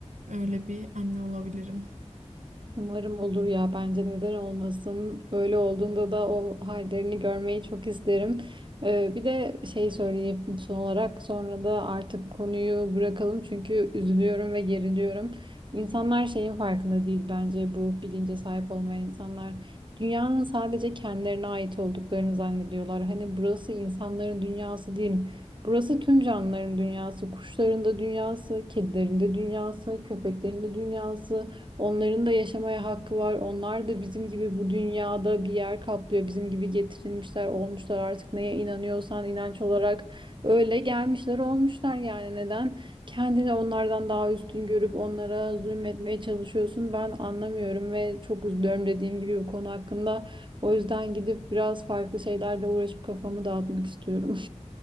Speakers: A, on the right; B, on the right.
A: öyle bir anne olabilirim.
B: Umarım olur ya bence neden olmasın. Öyle olduğunda da o hallerini görmeyi çok isterim. Ee, bir de şey söyleyeyim son olarak sonra da artık konuyu bırakalım çünkü üzülüyorum ve geriliyorum. İnsanlar şeyin farkında değil bence bu bilince sahip olmayan insanlar. Dünyanın sadece kendilerine ait olduklarını zannediyorlar. Hani burası insanların dünyası değil. Burası tüm canlıların dünyası, kuşların da dünyası, kedilerin de dünyası, köpeklerin de dünyası. Onların da yaşamaya hakkı var. Onlar da bizim gibi bu dünyada bir yer kaplıyor. Bizim gibi getirilmişler, olmuşlar artık neye inanıyorsan inanç olarak öyle gelmişler, olmuşlar yani. Neden kendini onlardan daha üstün görüp onlara zulmetmeye çalışıyorsun? Ben anlamıyorum ve çok üzülüyorum dediğim gibi bu konu hakkında. O yüzden gidip biraz farklı şeylerle uğraşıp kafamı dağıtmak istiyorum.